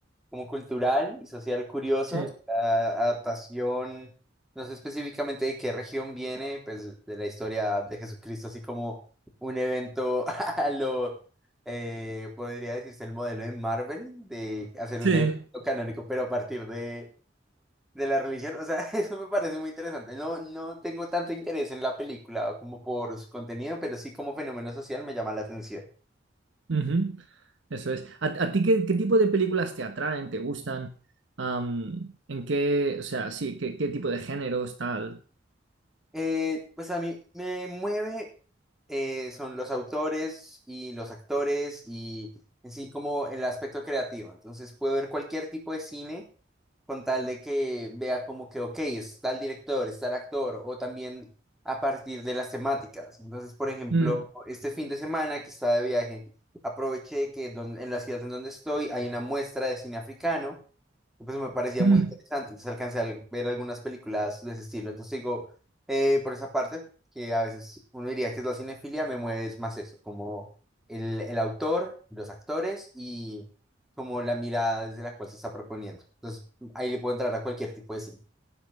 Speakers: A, in the centre; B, on the right.
A: como cultural y social curioso.
B: Sí.
A: La adaptación, no sé específicamente de qué región viene, pues de la historia de Jesucristo, así como un evento <laughs> a lo, eh, podría decirse el modelo de Marvel, de hacer
B: Sí,
A: un evento canónico, pero a partir de, de la religión, o sea, <laughs> eso me parece muy interesante. No, no tengo tanto interés en la película como por su contenido, pero sí como fenómeno social me llama la atención.
B: Ujú, Eso es. ¿A, a ti qué, qué tipo de películas te atraen, te gustan? Am, ¿en qué, o sea, sí, qué, qué tipo de géneros, tal?
A: Eh, pues a mí me mueve, eh, son los autores y los actores y en sí como el aspecto creativo. Entonces puedo ver cualquier tipo de cine con tal de que vea como que, ok, es tal director, es tal actor, o también a partir de las temáticas. Entonces, por ejemplo,
B: Mm,
A: este fin de semana que estaba de viaje, aproveché que don- en la ciudad en donde estoy hay una muestra de cine africano pues me parecía
B: mm,
A: muy interesante, entonces alcancé a ver algunas películas de ese estilo. Entonces digo, eh, por esa parte, que a veces uno diría que es la cinefilia, me mueve es más eso, como el, el autor, los actores y como la mirada desde la cual se está proponiendo. Entonces ahí le puedo entrar a cualquier tipo de cine.